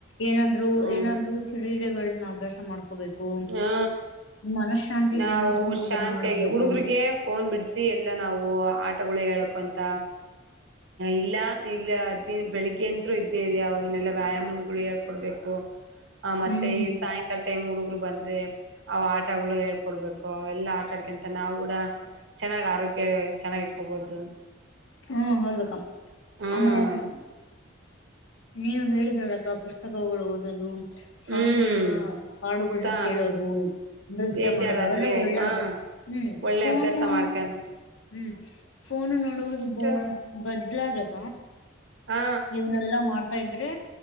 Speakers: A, on the left; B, on the right.
A: ಏನಾದ್ರು
B: ಹ್ಮ
A: ಏನಾದ್ರು ಕ್ರೀಡೆಗಳನ್ನ ಅಭ್ಯಾಸ ಮಾಡ್ಕು ಹಕೋಬೇಕು
B: ಹಾ
A: ಮನಶಶಾಂತಿಗ್
B: ನಾವು
A: ಏನಾದ್ರು ಮಾಡದ್
B: ಶಾಂತಿಯಾಗಿ
A: ಮಾಡಬೇಕು
B: ಹುಡುಗ್ರಿಗೆ ಫೋನ್ ಬಿಡಿಸಿಿ ಎಲ್ಲಾ ನಾವು ಆಟಗಳು ಹೇಳಕ್ ಅಂತ ಇಲ್ಲ ಇಲ್ಲ ದಿನ ಬೆಳಿಗ್ಗೆಯಂತರು ಇದ್ದೇ ಇ ಅವನ್ನೆಲ್ಲಾ ವ್ಯಾಯಾಮಗಳು ಹೇಳ್ಕೊಡ್ಬೇಕು ಆ ಮತ್ತೆ
A: ಹ್ಮ್
B: ಈ ಸಾಯಂಕಾಲ ಟೈಮ್ ಹುಡುಗರು ಬಂದ್ರೆ ಅವ ಆಟಗಳು ಹೇಳ್ಕೊಡ್ಬೇಕು ಅವೆಲ್ಲಾ ಆಟಾಡ್ಕೊಂತ ನಾವು ಕೂಡ ಚೆನ್ನಾಗ್ ಆರೋಗ್ಯ ಚೆನ್ನಾಗಿ ಇಟ್ಕೋಬಹುದು
A: ಹ್ಮ್ ಹಲ್ಬೇಕ
B: ಹ್ಮ್
A: ಆಮೇಲೆ ನೀವು ಹೇಳಿದ್ರೊಳಕ್ಕ ಪುಸ್ತಕಗಳು ಓದದು ಸಾಂಗ್ಗಳನ್ನ
B: ಹ್ಮ್
A: ಹಾಡುಗಳನ್ನ
B: ಸ
A: ಕೇಳೋದು ನೃತ್ಯ
B: ಬೇಜಾರಾದ್ರೆ
A: ಮಾಡೋದು ಅವೆಲ್ಲ ಒಳ್ಳೆ
B: ಹಾ
A: ಅಭ್ಯಾಸ ಹ್ಮ್
B: ಒಳ್ಳೆ
A: ಫೋನು
B: ಅಭ್ಯಾಸ ಮಾಡ್ಕಂಡು
A: ಹ್ಮ್ ಫೋನು ನೋಡುವುದು
B: ತ
A: ಬದ್ಲದಕ
B: ಹ
A: ಇವನೆಲ್ಲಾ ಮಾಡ್ತಾ ಇದ್ರೆ